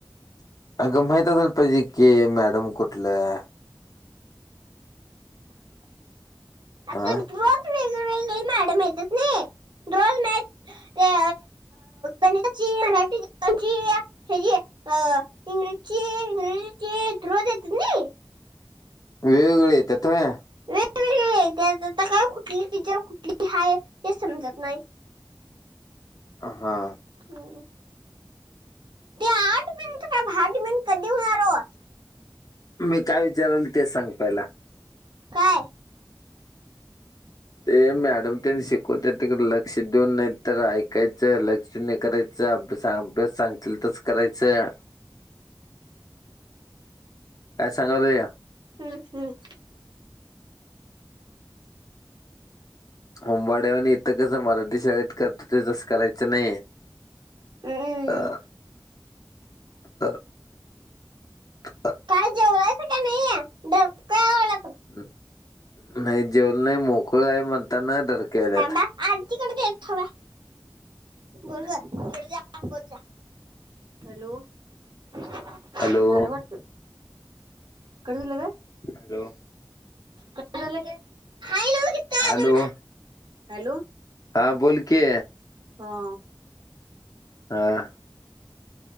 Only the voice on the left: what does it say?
अगं माहित असाल पाहिजे की मॅडम कुठलं?
आह.
वेगवेगळी येतात होय.
हा.
मी काय विचारल तेच सांग पहिला.
ते मॅडम त्यांनी शिकवतात. तिकड लक्ष देऊन नाही तर ऐकायचं लक्ष न करायचं अभ्या अभ्यास सांग. तल तरच करायचं. काय सांगालोय.
यूबाड्यावानीआणि इथं कसं मराठी शाळेत करतो तेच करायच. <unintelligible>
ह. ह ह.
हम्. नाही जेवल नाही मोकळ काय म्हणताना डरकाळी आल्यात.
हॅलो
हॅलो
हॅलो
हा बोल कि
हा.